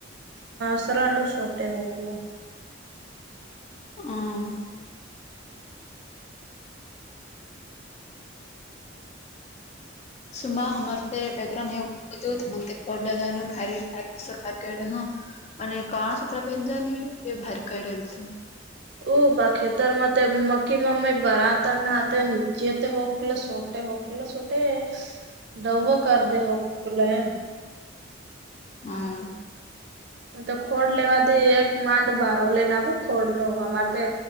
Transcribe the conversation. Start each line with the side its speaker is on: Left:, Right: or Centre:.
Right: દસરાનું સોટે હકવ
Left: હમ સુમા હમારતે ડગરન હેવ બ તો મ પલા દનું ભ ભ સરડે હ અને કણા ચિત્ર પેન જ ન તે ભાર ક ડલ તો
Right: ઉ બા ખેતરમાં તે મકીી બરા હતા જે તે હોકલ છોટે હોકલા છોટે દવ કર દ હોક લમ
Left: હમ
Right: તો ખોડ લેવાથી એક માંડ બારો લઈને આવું ખોડ નું અમારે તે